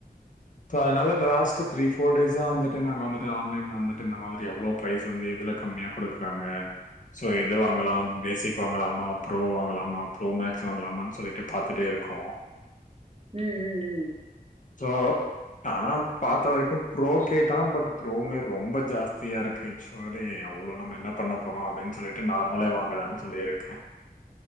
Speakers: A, on the left (about 55°); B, on the right (about 35°).
A: சோ அத்னால லாஸ்ட்டு த்ரி ஃபோர் டேஸ் இத்தா வந்துட்டு நாங்க வந்துட்டு ஆன்லைன்ல வந்துட்டு இந்த மாதிரி எவ்ளோ ப்ரைஸ் வந்து எதுல கம்மியா குடுக்றாங்க சோ எதுவாங்கலா பேசிக் வாங்கலாமா ப்புரோ வாங்கலாமா ப்புரோ மேக்ஸ் வாங்கலாமா சொல்லிட்டு பாத்துட்டே இருக்கோ
B: ம் ம் ம்
A: சோ ஆனா பாத்த வரைக்கு ப்ரோ கேட்டா பட் ப்புரோ மேக் ரொம்ப ஜாஸ்தியாருக்கு சொரி அவ்ளோ நம்‌ம என்ன பண்ண போறோ அப்டின் சொலிட்டு நார்மலே வாங்கலான் சொல்லியிருக்கே